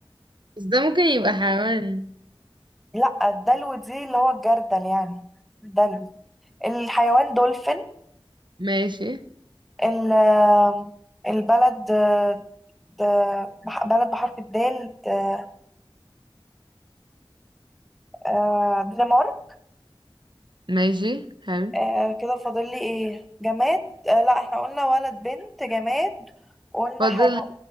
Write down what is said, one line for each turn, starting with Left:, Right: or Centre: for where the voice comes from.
Right: بس ده ممكن يبقى حيوان
Centre: لا الدلو دي اللي هو الجردل يعني دلو الحيوان دولفين
Right: ماشي
Centre: ال- آم، البلد آه، د- بح- بلد بحرف الدال د- آه، دنمارك
Right: ماشي حلو
Centre: آه كده فاضل لي ايه جماد آه لا احنا قلنا ولد بنت جماد قلنا
Right: فاضل
Centre: حيوان